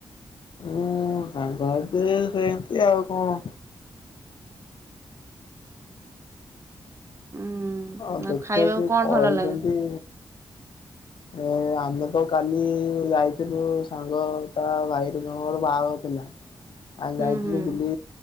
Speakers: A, on the left; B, on the right.
A: ମୁଁ ସାଙ୍ଗ ସାଥିରେ ସେମିତି ଆଉ କଣ।
B: ହୁଁ
A: ଅ
B: ଆଉ
A: ଦେଖିବା
B: ଖାଇବାକୁ
A: ସେ
B: କଣ
A: କହିଚନ୍ତି।
B: ଭଲ ଲାଗେ?
A: ଏ ଆମେ ତ କାଲି ଯାଇଥିଲୁ ସାଙ୍ଗ ତା ଭାଇ ଜଣଙ୍କର ବାହାଘର ଥିଲା। ଆମେ ଯାଇଥିଲୁ
B: ହୁଁ ହୁଁ
A: ବୁଲି